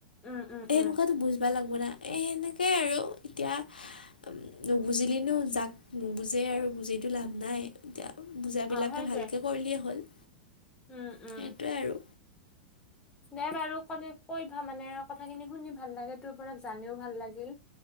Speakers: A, on the left (about 20°); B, on the left (about 80°).
A: উম, উম,
B: সেনেকুৱাতো
A: উম,
B: বুজবা লাগব না? এ সেনেকে আৰু এতিয়া নুবুজিলেও যাক নুবুজে আৰু বুজিটো লাভ নাই। এতিয়া বুজাবিলাকে
A: অ', সেইটোৱে
B: ভালকৈ কৰিলেই হ'ল।
A: উম, উম।
B: সেইটোৱে আৰু
A: দে বাৰু কলি কৈ ভা মানে কথাখিনি শুনি ভাল লাগে। তোৰ পৰা জানিও ভাল লাগিল।